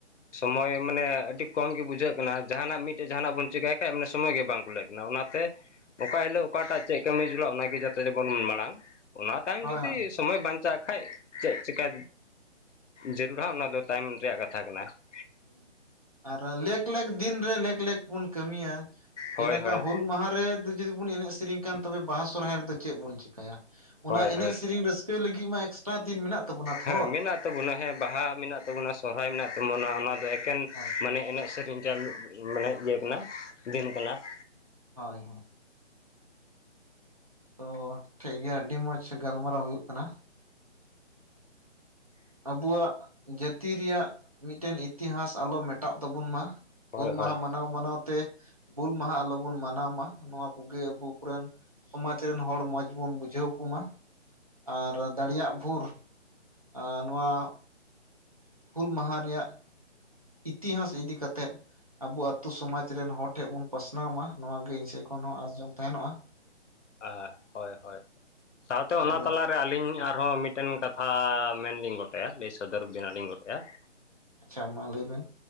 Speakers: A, on the left; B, on the right.
A: ᱥᱚᱢᱳᱭ ᱢᱟᱱᱮ, ᱟᱹᱰᱤ ᱠᱚᱢ ᱜᱮ, ᱵᱩᱡᱷᱟᱹᱜ ᱠᱟᱱᱟ ᱾ ᱡᱟᱦᱟᱸᱱᱟᱜ ᱢᱤᱫᱴᱮᱡ, ᱡᱟᱦᱟᱸᱱᱟᱜ ᱵᱚᱱ, ᱪᱮᱠᱟᱭ ᱠᱷᱟᱡ, ᱢᱟᱱᱮ ᱥᱚᱢᱚᱭ ᱜᱮ, ᱵᱟᱝ ᱠᱩᱞᱟᱹᱜᱼᱟ ᱾ ᱱᱟ, ᱚᱱᱟᱛᱮ ᱚᱠᱟ ᱦᱤᱞᱳᱜ, ᱚᱠᱟ ᱴᱟᱜ, ᱪᱮᱫ ᱠᱟᱹᱢᱤ ᱡᱚᱞᱟ ᱾ ᱚᱱᱟ ᱜᱮ, ᱡᱚᱛᱚ ᱡᱮᱢᱚᱱ ᱢᱟᱲᱟᱝ, ᱚᱱᱟ ᱛᱟᱭᱚᱢ,
B: ᱦᱳᱭ
A: ᱡᱩᱫᱤ
B: ᱦᱳᱭ
A: ᱥᱚᱢᱚᱭ ᱵᱟᱧᱪᱟᱜ ᱠᱷᱟᱱᱡ, ᱪᱮᱫ ᱪᱤᱠᱟᱹ, ᱡᱟᱹᱨᱩᱲᱟ ᱾ ᱚᱱᱟ ᱫᱚ, ᱛᱟᱭᱚᱢ ᱨᱮᱭᱟᱜ, ᱠᱟᱛᱷᱟ ᱠᱟᱱᱟ ᱾
B: ᱦᱳᱭ ᱟᱨ, ᱞᱮᱠ ᱞᱮᱠ ᱫᱤᱱ ᱨᱮ, ᱞᱮᱠ ᱞᱮᱠ ᱵᱚᱱ, ᱠᱟᱹᱢᱤᱭᱟ ᱾
A: ᱦᱳᱭ
B: ᱡᱮᱞᱮᱠᱟ
A: ᱦᱳᱭ
B: ᱦᱩᱞ ᱢᱟᱦᱟ ᱨᱮ, ᱡᱩᱫᱤ ᱵᱚᱱ, ᱮᱱᱮᱡ ᱥᱮᱨᱮᱧ ᱠᱷᱟᱱ, ᱛᱚᱵᱮ, ᱵᱟᱦᱟ ᱥᱚᱨᱦᱟᱭ ᱨᱮᱫᱚ, ᱪᱮᱫ ᱵᱚᱱ, ᱪᱤᱠᱟᱹᱭᱟ? ᱚᱱᱟ,
A: ᱦᱳᱭ ᱦᱳᱭ
B: ᱮᱱᱮᱡ ᱥᱮᱨᱮᱧ ᱨᱟᱹᱥᱠᱟᱹ ᱞᱟᱹᱜᱤᱫ ᱢᱟ, ᱮᱠᱥᱴᱨᱟ ᱫᱤᱱ ᱢᱮᱱᱟᱜ ᱛᱟᱵᱚᱱᱟ ᱛᱷᱚᱨ
A: ᱦᱮᱸ, ᱢᱮᱱᱟᱜ ᱛᱟᱵᱚᱱᱟ ᱾ ᱦᱮᱸ ᱵᱟᱦᱟ ᱢᱮᱱᱟᱜ ᱛᱟᱵᱚᱱᱟ, ᱥᱚᱦᱨᱟᱭ ᱢᱮᱱᱟᱜ ᱛᱟᱵᱚᱱᱟ ᱾ ᱚᱱᱟ ᱫᱚ, ᱮᱠᱮᱱ
B: ᱦᱳᱭ
A: ᱢᱟᱱᱮ, ᱮᱱᱮᱡ ᱥᱮᱨᱮᱧ ᱨᱮᱭᱟᱜ ᱢᱤᱫ ᱢᱟᱱᱮ, ᱤᱭᱟᱹ ᱠᱟᱱᱟ, ᱫᱤᱱ ᱠᱟᱱᱟ ᱾
B: ᱦᱳᱭ, ᱦᱳᱭ ᱾ ᱛᱚ, ᱴᱷᱤᱠ ᱜᱮᱭᱟ, ᱟᱹᱰᱤ ᱢᱚᱸᱡᱽ ᱜᱟᱞᱢᱟᱨᱟᱣ ᱦᱩᱭᱩᱜ ᱠᱟᱱᱟ ᱾ ᱟᱵᱩᱣᱟᱜ, ᱡᱟᱹᱛᱤ ᱨᱮᱭᱟᱜ, ᱢᱤᱫᱴᱮᱱ ᱤᱛᱤᱦᱟᱥ, ᱟᱞᱚ ᱢᱮᱴᱟᱜ ᱛᱟᱵᱚᱱ ᱢᱟ ᱾
A: ᱦᱳᱭ
B: ᱦᱩᱞ ᱢᱟᱦᱟ,
A: ᱦᱳᱭ
B: ᱢᱟᱱᱟᱣ ᱢᱟᱱᱟᱣ ᱛᱮ, ᱵᱩᱞ ᱢᱟᱦᱟ, ᱟᱞᱚ ᱵᱚᱱ ᱢᱟᱱᱟᱣ ᱢᱟ, ᱱᱚᱣᱟ ᱠᱚᱜᱮ, ᱟᱵᱚ, ᱠᱚ ᱨᱮᱱ ᱥᱚᱢᱟᱡᱽ ᱨᱮᱱ, ᱦᱚᱲ ᱢᱚᱡᱽ ᱵᱚᱱ, ᱵᱩᱡᱷᱟᱹᱣ ᱠᱚᱢᱟ ᱾ ᱟᱨ ᱫᱟᱲᱮᱭᱟᱜ ᱵᱷᱳᱨ ᱟᱨ ᱱᱚᱣᱟ ᱦᱩᱞ ᱢᱟᱦᱟ ᱨᱮᱭᱟᱜ, ᱤᱛᱤᱦᱟᱥ ᱤᱫᱤ ᱠᱟᱛᱮᱫ, ᱟᱵᱚ, ᱟᱹᱛᱩ ᱥᱚᱢᱟᱡᱽ ᱨᱮᱱ, ᱦᱚᱲ ᱴᱷᱮᱱ ᱵᱚᱱ, ᱯᱟᱥᱱᱟᱣ ᱢᱟ ᱾ ᱱᱚᱣᱟ ᱜᱮ, ᱤᱧ ᱥᱮᱫ ᱠᱷᱚᱱ ᱦᱚᱸ, ᱟᱸᱥ ᱡᱚᱝ ᱛᱟᱦᱮᱱᱚᱜᱼᱟ ᱾
A: ᱟᱦ, ᱦᱳᱭ ᱦᱳᱭ, ᱥᱟᱶᱛᱮ
B: ᱟᱨ
A: ᱚᱱᱟ ᱛᱟᱞᱟᱨᱮ, ᱟᱹᱞᱤᱧ ᱟᱨ ᱟᱨᱦᱚᱸ, ᱢᱤᱫᱴᱮᱱ ᱠᱟᱛᱷᱟ ᱢᱮᱱ ᱞᱤᱧ, ᱜᱚᱴᱟᱭᱟ ᱾ ᱞᱟᱹᱭ ᱥᱚᱫᱚᱨ ᱵᱮᱱᱟ ᱞᱤᱧ, ᱜᱚᱴᱟᱭᱟ ᱾
B: ᱟᱪᱪᱷᱟ, ᱢᱟ ᱞᱟᱹᱭ ᱵᱮᱱ?